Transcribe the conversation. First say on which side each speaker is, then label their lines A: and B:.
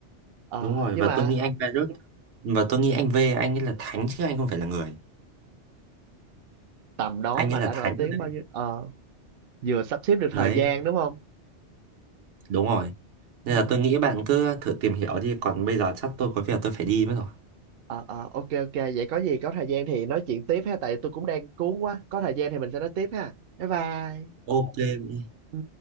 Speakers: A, on the right; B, on the right.
A: ờ
B: đúng rồi
A: nhưng
B: và
A: mà
B: tôi nghĩ anh Virus và tôi nghĩ anh V anh ấy là thánh chứ anh không phải là người
A: tầm đó
B: anh
A: mà
B: ấy
A: đã
B: là thánh
A: nổi tiếng
B: rồi
A: bao
B: đấy
A: nhiêu ờ vừa sắp xếp được thời
B: đấy
A: gian đúng không
B: đúng rồi
A: ừ.
B: nên là tôi nghĩ bạn cứ thử tìm hiểu đi còn bây giờ chắc tôi có việc tôi phải đi mất rồi
A: ờ ờ ok ok vậy có gì có thời gian thì nói chuyện tiếp ha tại tôi cũng đang cuốn quá có thời gian thì mình sẽ nói tiếp ha bye bye
B: ok
A: Ừ.